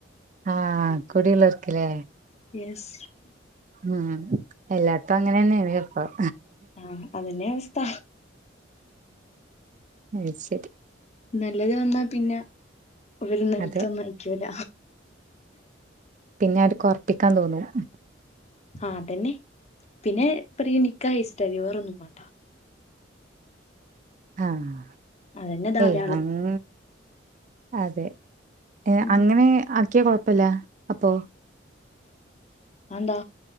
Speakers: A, on the right; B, on the left.
A: ആഹ് കുടിയൊലോക്കില്ലേ
B: യെസ്
A: ഉം എല്ലാടുത്തും അങ്ങനെയന്നെയാ ചെലപ്പം
B: ആഹ് അതന്നെ അവസ്ഥ
A: അത് ശെരി
B: നല്ലത് വന്നാ പിന്നെ അവര് നിലത്തൊന്നും
A: അതെ
B: ആയിരിക്കൂല
A: പിന്നെ അവർക്ക് ഉറപ്പിക്കാൻ തോന്നും
B: ആഹ് അതന്നെ പിന്നെ പറയും നിക്കാഹ് കയിച്ചിട്ട് തരോ വേറൊന്നും വേ
A: ആഹ്
B: അതന്നെ ധാരാളം
A: ഏയ് അങ്ങ അതെ ഏ
B: ഉം
A: അങ്ങനെ ആക്കിയാ കൊഴപ്പില്ല അപ്പൊ
B: അഅന്താ